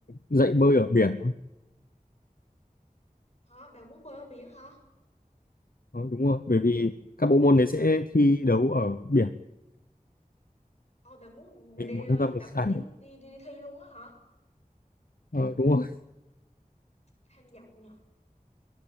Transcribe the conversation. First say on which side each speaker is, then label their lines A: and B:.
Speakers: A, on the left; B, on the left.
A: dạy bơi ở biển không
B: hả bạn muốn bơi ở biển hả
A: Đó, đúng không bởi vì các bộ môn đấy sẽ thi đấu ở biển
B: ờ bạn muốn
A: mình
B: đi
A: muốn tham gia một
B: tập
A: giải
B: để đi đi đi, đi thi luôn á hả
A: Ờ, đúng không
B: tham vọng nhỉ